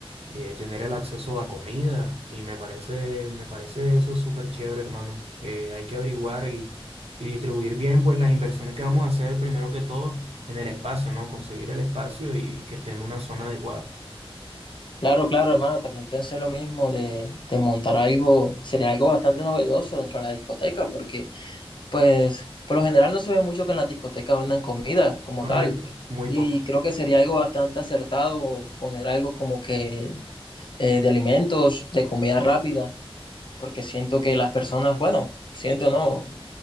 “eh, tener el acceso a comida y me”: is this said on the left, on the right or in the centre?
Right